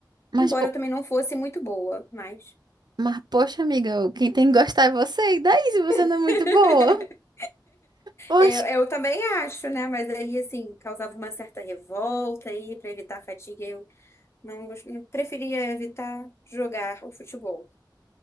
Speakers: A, on the right (about 65°); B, on the left (about 35°).
A: Mas,
B: Embora
A: po-
B: eu também não fosse muito boa, mas.
A: mas, poxa, amiga, quem tem que gostar é você. E daí, se você
B: <laughs>
A: não é muito boa? Poxa.
B: Eu, eu também acho, né? Mas aí, assim, causava uma certa revolta aí, para evitar a fadiga, eu não gos- eu preferia evitar jogar o futebol.